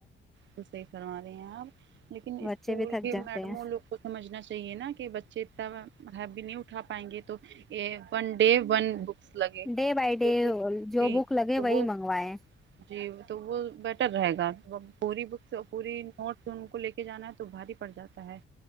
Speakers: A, on the right; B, in the centre.
A: تو صح کروا رہے ہیں آپ لیکن اسکول
B: بچے بھی تھک
A: کے
B: جاتے
A: میڈموں
B: ہیں
A: لوگ کو سمجھنا چاہیے نا کہ بچے تب ہی بھی نہیں اٹھا پائیں گے تو ا ون ڈے ونک لگے
B: ڈے بائی ڈے
A: جی
B: جو بک لگے
A: تو وہ
B: وہی منگوائے
A: جی تو وہ بی رہے گا پوری بکس پوری نوٹس ان کو لے کے جانا ہے تو بھاری پڑ جاتا ہے